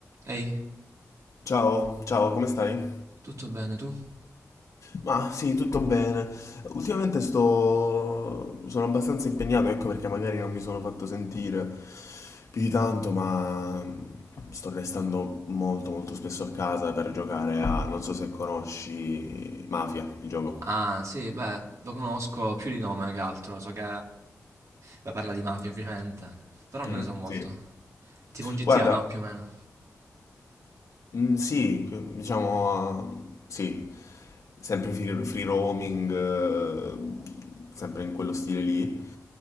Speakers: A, on the right; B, on the left.
A: Ehi,
B: Ciao, ciao, come stai?
A: tutto bene tu?
B: Ma sì, tutto bene. Ultimamente sto... sono abbastanza impegnato, ecco perché magari non mi sono fatto sentire più di tanto, ma sto restando molto molto spesso a casa per giocare a, non so se conosci, Mafia, il gioco.
A: Ah, sì, beh, lo conosco più di nome che altro, so che... Beh, parla di mafia ovviamente, però non
B: Mm,
A: ne so molto.
B: sì.
A: È tipo un GTA,
B: Guarda,
A: no? Più o meno.
B: Mm, sì, più- diciamo, eh, sì, sempre free, free roaming, eh, sempre in quello stile lì,